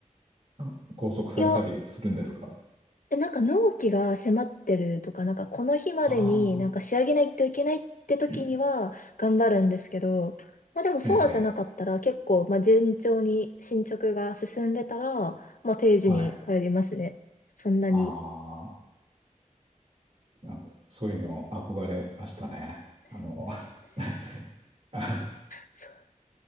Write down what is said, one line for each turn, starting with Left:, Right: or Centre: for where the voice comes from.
Right: あ拘束されたりするんですか
Left: いや、え、なんか納期が迫ってるとか、なんかこの日までになんか仕上げないといけないって時には頑張るんですけど、
Right: ああー、
Left: まあでもそうじゃなかったら結構、
Right: ええ、ええ
Left: まあ順調に進捗が進んでたら、まあ定時に帰りますね。
Right: はい。
Left: そんなに。
Right: ああ、なんかそういうの憧れましたね。あの、<laughs> あ
Left: そ